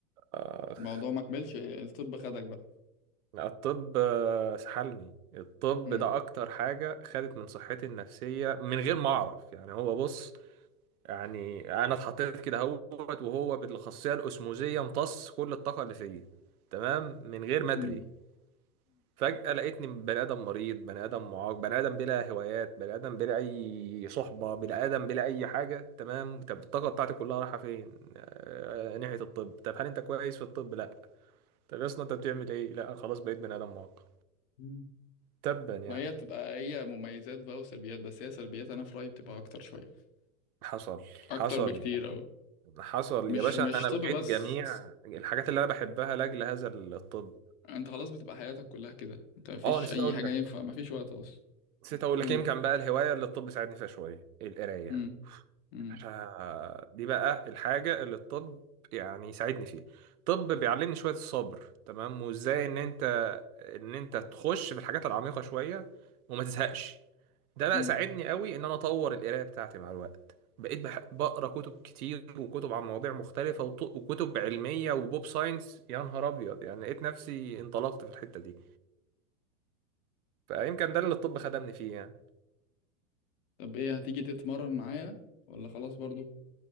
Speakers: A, on the right; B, on the left.
A: اخ
B: الموضوع ما كملش الطب خدك بقى
A: الطب آه، سحلني الطب
B: امم
A: ده اكتر حاجه خدت من صحتي النفسيه من غير ما اعرف يعني هو بص يعني انا اتحطيت كده اهوت وهو بالاخصائيه الاسموزيه امتص كل الطاقه اللي فيا تمام من غير ما ادري
B: امم
A: فجأة لقيتني بني آدم مريض بني آدم معاق بني آدم بلا هوايات بني آدم بلا أي صحبة بني آدم بلا أي حاجة تمام طب الطاقة بتاعتي كلها رايحة فين؟ آه ناحية الطب طب هل أنت كويس في الطب؟ لأ طب يا اسطى أنت بتعمل إيه؟ لأ أنا خلاص بقيت بني آدم معاق
B: امم
A: تبا يعني
B: ما هي بتبقى هي مميزات بقى وسلبيات بس هي سلبيات انا في رأيي بتبقى اكتر شوية
A: حصل
B: اكتر
A: حصل
B: بكتير اوي
A: حصل
B: مش
A: يا باشا
B: مش
A: أنا
B: طب
A: لقيت
B: بس
A: جميع الحاجات اللي أنا بحبها لأجل هذا الطب
B: انت خلاص بتبقى حياتك كلها كده انت مفيش
A: أه نسيت
B: اي
A: أقول
B: حاجة
A: لك
B: ينفع مفيش وقت اصلا
A: نسيت أقول
B: قول
A: لك يمكن بقى الهواية اللي الطب ساعدني فيها شوية القراية
B: امم امم
A: احنا دي بقى الحاجة اللي الطب يعني يساعدني فيها الطب بيعلمني شوية الصبر تمام وازاي ان انت ان انت تخش في الحاجات العميقة شوية وما تزهقش ده بقى
B: امم
A: ساعدني قوي ان انا اطور القراية بتاعتي مع الوقت بقيت بح- بقرا كتب كتير وكتب عن مواضيع مختلفة وط- وكتب علمية وبوب ساينس يا نهار ابيض يعني لقيت نفسي انطلقت في الحتة دي فيمكن ده اللي الطب خدمني فيه يعني
B: طب ايه هتيجي تتمرن معايا ولا خلاص برضو